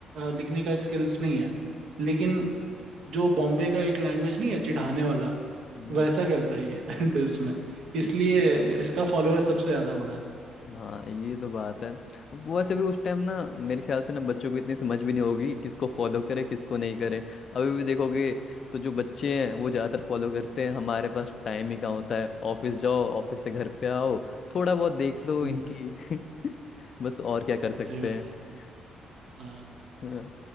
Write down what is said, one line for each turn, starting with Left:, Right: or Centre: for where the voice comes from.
Right: लिखने का स्किल्स नहीं है लेकिन जो बॉम्बे का एक लैंग्वेज नहीं है चिढ़ाने वाला
Left: हम्म,
Right: वैसा करता ही है <laughs> डिस में
Left: हम्म।
Right: इसलिए
Left: हाँ
Right: इसका फॉलोअर सबसे ज्यादा बढ़ा
Left: हाँ, ये तो बात है वैसे भी उस टाइम ना मेरे ख्याल से ना बच्चों को इतनी समझ भी नहीं होगी किसको फॉलो करे किसको नहीं करे अभी भी देखोगे तो जो बच्चे हैं वो ज़्यादातर फॉलो करते हैं हमारे पास टाइम ही कहाँ होता है ऑफिस जाओ ऑफिस से घर पे आओ थोड़ा बहुत देख लो
Right: हम्म,
Left: इनकी <laughs> बस और क्या कर सकते
Right: सही बात
Left: हैं
Right: है हाँ
Left: <laughs> हाँ,